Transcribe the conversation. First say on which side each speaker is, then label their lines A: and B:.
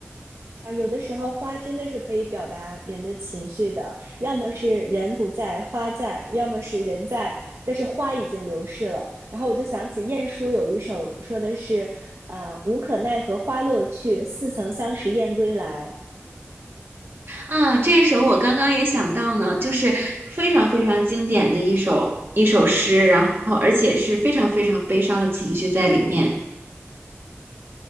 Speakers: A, on the right (about 70°); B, on the right (about 50°).
A: 啊，有的时候花真的是可以表达人的情绪的，要么是人不在，花在；要么是人在，但是花已经流逝了。然后我就想起晏殊有一首说的是，啊、无可奈何花落去，似曾相识燕归来。
B: 啊。这首我刚刚也想到呢，就是非常非常经典的一首一首诗，然后而且是非常非常悲伤的情绪在里面。